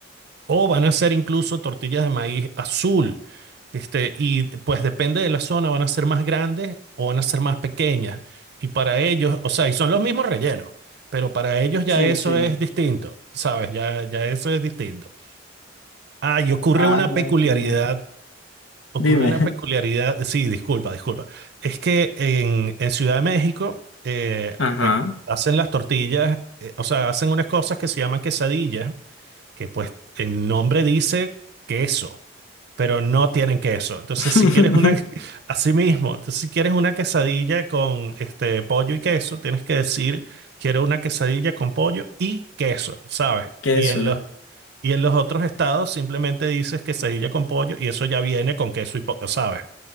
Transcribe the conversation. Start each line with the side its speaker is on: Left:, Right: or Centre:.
Right: o van a ser incluso tortillas de maíz azul. Este, y pues depende de la zona, van a ser más grandes o van a ser más pequeñas. Y para ellos, o sea, y son los mismos rellenos, pero para ellos ya
Left: Sí,
Right: eso
Left: sí.
Right: es distinto, ¿sabes? Ya, ya eso es distinto. Ah, y ocurre
Left: Ah,
Right: una
Left: no
Right: peculiaridad,
Left: entiendo.
Right: ocurre
Left: Dime.
Right: una peculiaridad, sí, disculpa, disculpa. Es que en, en Ciudad de México eh,
Left: Ajá.
Right: ac- hacen las tortillas, eh, o sea, hacen unas cosas que se llaman quesadillas, que pues el nombre dice queso pero no tienen queso. Entonces,
Left: <laughs>
Right: si quieres una, <laughs> así mismo, entonces, si quieres una quesadilla con este pollo y queso, tienes que decir, quiero una quesadilla con pollo y queso, ¿sabes?
Left: Queso.
Right: Y en los, y en los otros estados simplemente dices quesadilla con pollo y eso ya viene con queso y pollo, ¿sabes?